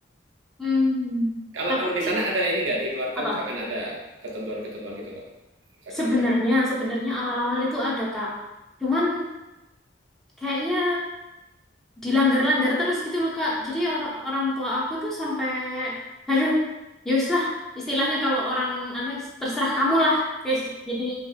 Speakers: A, in the centre; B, on the right (about 85°).
A: Hmm.
B: Kalau
A: Tapi
B: kalau di sana ada ini nggak, di keluarga
A: apa?
B: misalkan ada ketentuan-ketentuan gitu nggak? Misalkan
A: Sebenarnya,
B: pengguna
A: sebenarnya awal-awal itu ada, Kak. Cuman kayaknya dilanggar-langgar terus gitu loh, Kak. Jadi orang orang tua aku tuh sampai aduh, ya wis lah. Istilahnya kalau orang anu terserah kamu lah. <laughs> Kayak gitu. jadi